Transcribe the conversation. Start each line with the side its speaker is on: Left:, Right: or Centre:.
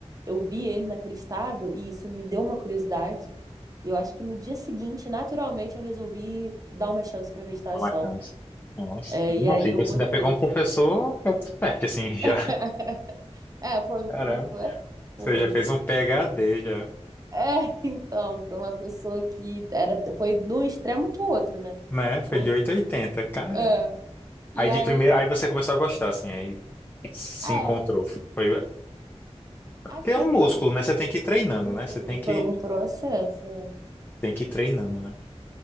Right: Eu vi ele naquele estado e isso me deu uma curiosidade. E eu acho que no dia seguinte, naturalmente, eu resolvi dar uma chance para meditação.
Left: na Mackenzie. Nossa,
Right: É, e
Left: nossa,
Right: aí
Left: e
Right: eu
Left: você
Right: botei.
Left: ainda pegou um professor expert, assim, já.
Right: <laughs> É, foi, não
Left: Caramba,
Right: foi,
Left: você
Right: foi.
Left: já fez um PhD, já,
Right: É, <laughs> então, para uma pessoa que era, foi de um extremo pro outro, né?
Left: né? Foi
Right: Ou-
Left: de 880, caramba.
Right: É, e
Left: Aí de
Right: aí,
Left: primeira, aí você começou a gostar, assim, aí se
Right: é,
Left: encontrou. Foi, porque
Right: assim,
Left: é um músculo,
Right: foi um,
Left: né? Você tem que ir treinando,
Right: um-
Left: né? Você tem
Right: um,
Left: que,
Right: foi um processo. é.
Left: tem que ir treinando, né?